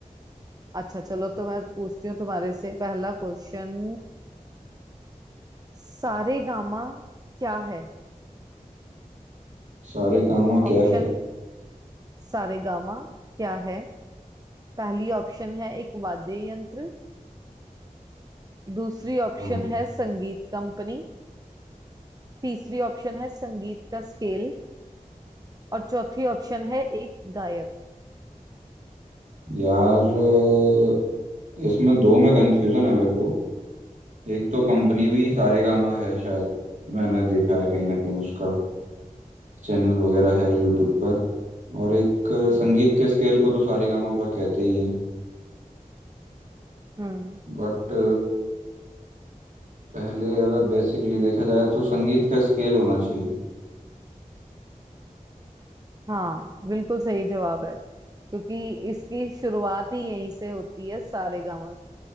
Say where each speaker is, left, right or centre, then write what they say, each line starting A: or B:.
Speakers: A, on the right (about 25°); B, on the right (about 60°).
A: अच्छा चलो तो मैं पूछती हूँ तुम्हारे से पहला क्वेश्चन सारेगामा क्या है
B: सारे कामा क्या
A: ऑप्शन
B: है
A: सारेगामा क्या है पहली ऑप्शन है एक वाद्य यंत्र दूसरी ऑप्शन
B: हाँ
A: है संगीत कंपनी तीसरी ऑप्शन है संगीत का स्केल और चौथी ऑप्शन है एक गायक
B: यार अ, इसमें दो में कंफ्यूजन है मेरे को एक तो कंपनी भी सारे कामा है शायद मैंने देखा है कहीं ना कहीं उसका चैनल वगैरह
A: हम्म
B: है यूट्यूब पर और एक अ,
A: हम्म
B: संगीत के स्केल को तो सारे कामा पर कहते ही हैं
A: हम्म
B: बट पहले अगर बेसिकली देखा जाए तो संगीत का स्केल होना चाहिए
A: हाँ बिल्कुल सही जवाब है क्योंकि इसकी शुरुआत ही यहीं से होती है सारेगामा से।